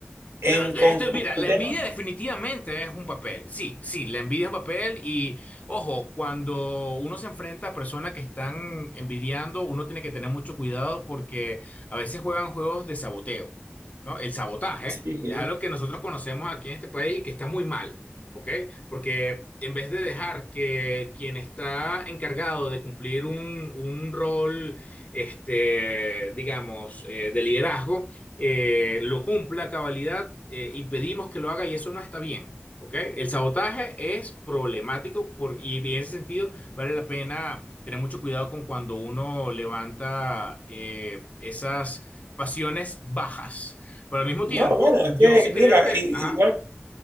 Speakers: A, on the right; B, on the left.
A: en
B: Lo-
A: con,
B: esto-
A: con
B: mira, la
A: el tema,
B: envidia definitivamente es un papel. Sí, sí, la envidia es un papel y ojo, cuando uno se enfrenta a personas que están envidiando, uno tiene que tener mucho cuidado porque a veces juegan juegos de saboteo, ¿no? El sabotaje
A: sí, sí.
B: es algo que nosotros conocemos aquí en este país y que está muy mal, ¿ok? Porque en vez de dejar que quien está encargado de cumplir un, un rol, este, digamos, eh, de liderazgo, eh, lo cumpla a cabalidad, eh, impedimos que lo haga y eso no está bien. ¿ok? El sabotaje es problemático por, y en ese sentido vale la pena tener mucho cuidado con cuando uno levanta eh, esas pasiones bajas. Pero al mismo tiempo,
A: No, bueno, es
B: yo
A: que,
B: sí
A: mira,
B: creo que...
A: i-
B: Ajá,
A: igual